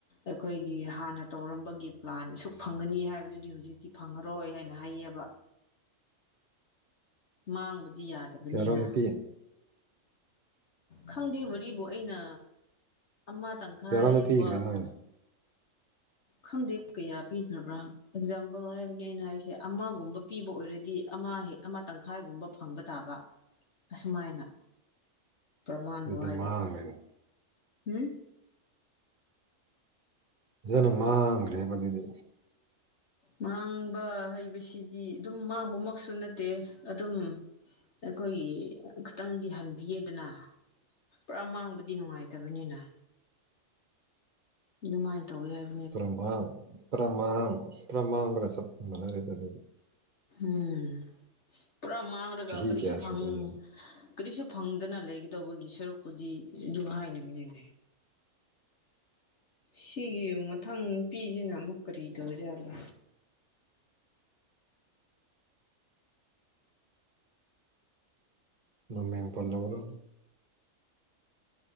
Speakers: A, on the left (about 60°); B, on the right (about 35°).
A: ꯑꯈꯣꯏꯒꯤ ꯍꯥꯟꯅ ꯇꯧꯔꯝꯕꯒꯤ ꯄ꯭ꯂꯥꯟ ꯁꯨꯛ ꯐꯪꯒꯅꯤ ꯍꯥꯏꯕꯗꯨꯗꯤ ꯍꯧꯖꯤꯛꯇꯤ ꯐꯪꯉꯔꯣꯏ ꯍꯥꯏꯅ ꯍꯥꯏꯌꯦꯕ ꯃꯥꯡꯕꯗꯤ ꯌꯥꯗꯕꯅꯤꯅ
B: ꯀꯌꯥꯔꯣꯝꯗ ꯄꯤ
A: ꯈꯪꯗꯦ ꯋꯥꯔꯤꯕꯨ ꯑꯩꯅ ꯑꯃ ꯇꯪꯈꯥꯏꯕ
B: ꯀꯌꯥꯔꯣꯝꯗ ꯄꯤꯈ꯭ꯔꯦ ꯅꯣꯏꯅ
A: ꯈꯪꯗꯦ ꯀꯌꯥ ꯄꯤꯈ꯭ꯔꯕ꯭ꯔꯥ ꯑꯦꯛꯖꯥꯝꯄꯜ ꯍꯥꯏꯕꯅꯦ ꯑꯩꯅ ꯍꯥꯏꯁꯦ ꯑꯃꯒꯨꯝꯕ ꯄꯤꯕ ꯑꯣꯏꯔꯗꯤ ꯑꯃ ꯍꯦ ꯑꯃ ꯇꯪꯈꯥꯏꯒꯨꯝꯕ ꯐꯪꯕ ꯇꯥꯕ ꯑꯁꯨꯃꯥꯏꯅ ꯄ꯭ꯔꯃꯥꯟꯕꯨ
B: ꯑꯗꯨꯗꯤ
A: ꯍꯥꯏꯕ
B: ꯃꯥꯡꯈ꯭ꯔꯦꯅꯦ
A: ꯎꯝ
B: ꯐꯖꯟꯅ ꯃꯥꯡꯒ꯭ꯔꯦꯕ ꯃꯗꯨꯗꯤ
A: ꯃꯥꯡꯕ ꯍꯩꯕꯁꯤꯗꯤ ꯑꯗꯨꯝ ꯃꯥꯡꯕꯃꯛꯁꯨ ꯅꯠꯇꯦ ꯑꯗꯨꯝ ꯑꯈꯣꯏꯒꯤ ꯈꯇꯪꯗꯤ ꯍꯟꯕꯤꯌꯦꯗꯅ ꯄꯨꯔꯥ ꯃꯥꯡꯕꯗꯤ ꯅꯨꯡꯉꯥꯏꯇꯕꯅꯤꯅ ꯑꯗꯨꯃꯥꯏꯅ ꯇꯧꯋꯦ <unintelligible>
B: ꯄ꯭ꯔꯃꯥ ꯄ꯭ꯔꯃꯥꯡ ꯄ꯭ꯔꯃꯥꯡꯕꯒ ꯆꯞ ꯃꯅꯒ꯭ꯔꯦꯗ ꯑꯗꯨꯗꯤ
A: ꯎꯝ ꯄꯨꯔꯥ ꯃꯥꯡꯔꯒ
B: ꯆꯍꯤ
A: ꯀꯔꯤꯁꯨ
B: ꯀꯌꯥ
A: ꯐꯪ
B: ꯁꯨꯔꯦ ꯌꯦꯡꯉꯣ
A: ꯀꯔꯤꯁꯨ ꯐꯪꯗꯅ ꯂꯩꯒꯗꯧꯕꯒꯤ ꯁꯔꯨꯛꯄꯨꯗꯤ ꯑꯗꯨ ꯍꯥꯏꯅꯕꯅꯦꯅꯦ ꯁꯤꯒꯤ ꯃꯊꯪ ꯅꯨꯄꯤꯖꯤꯅ ꯑꯃꯨꯛ ꯀꯔꯤꯇꯧꯔꯤꯖꯠꯅꯣ
B: ꯃꯃꯦꯡ ꯄꯜꯂꯕꯔꯥ